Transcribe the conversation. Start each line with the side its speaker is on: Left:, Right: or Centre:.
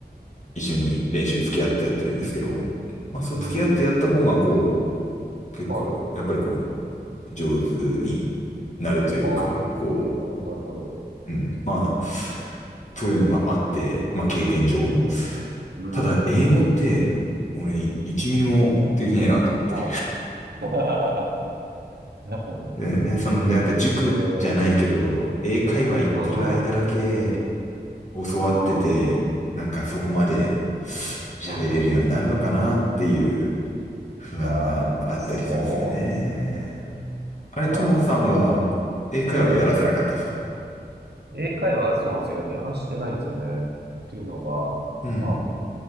Left: 一緒に練習付き合ってやってるんですけど、まあ、そう付き合ってやった方が、
Right: うーん。
Left: こう、結構、
Right: はい。
Left: やっぱりこう、上手になるというか、
Right: ああ、
Left: こ
Right: なるほど。
Left: う、うん。まあ、そういうのがあって、まあ経験上。
Right: うんうん。
Left: ただ、
Right: うん。
Left: 英語って、俺、1ミリもできねえなと思って。
Right: はい。<laughs> なるほど。
Left: でね、その、で、やっぱ塾じゃないけど、
Right: う
Left: 英会話行ってる間だけ
Right: ん。
Left: 教わってて、
Right: うん。うん。
Left: なんかそこまで喋れるようになるのかなっていう
Right: うん。うん
Left: 不安があったりするんですよね。
Right: まあ、そうですね。
Left: あれ、
Right: ま
Left: 友野さんは英会話やらせなかったですか
Right: あ、ええ、英会話はそうなんですよ。ややらしてないんですよね。っていうのが、
Left: うん。
Right: まあ、